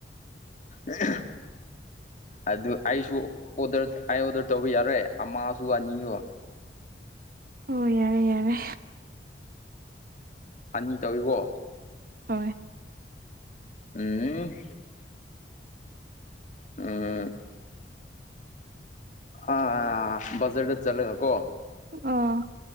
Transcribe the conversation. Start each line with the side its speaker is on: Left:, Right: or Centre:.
Left: ꯑꯦ ꯑꯗꯨ ꯑꯩꯁꯨ ꯑꯣꯗ ꯑꯩ ꯑꯣꯗꯔ ꯇꯧꯕ ꯌꯥꯔꯣꯏ ꯑꯃꯁꯁꯨ ꯑꯅꯤꯁꯨ
Right: ꯑꯣ ꯌꯥꯔꯦ ꯌꯥꯔꯦ
Left: ꯑꯅꯤ ꯇꯧꯏꯤꯀꯣ
Right: ꯍꯣꯏ
Left: ꯎꯝ ꯑꯝ ꯑꯥꯥ ꯖꯔꯗ ꯆꯠꯂꯒꯀꯣ
Right: ꯑꯣ